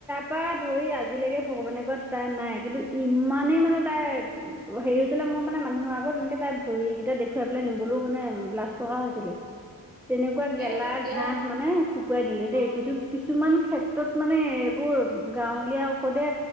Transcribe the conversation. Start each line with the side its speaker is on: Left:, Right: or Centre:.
Centre: পা ধৰি আজিলৈকে ভগৱানে কৃপাত তাই নাই, কিন্তু ইমানেই মানে তাই হেৰি হৈছিলে মোৰ মানে মানুহৰ আগত এনেকে তাই ভৰি কেইটা দেখুৱাই পেলাই নিমবলৈও মানে লাজ লগা হৈছিলে। তেনেকুৱা গেলা
Right: এ এতিয়া
Centre: ঘাঁহ মানে শুকুৱাই দিলে দেই,
Right: অ
Centre: কিছু কিছুমান ক্ষেত্ৰত মানে এইবোৰ গাঁৱলীয়া ঔষধে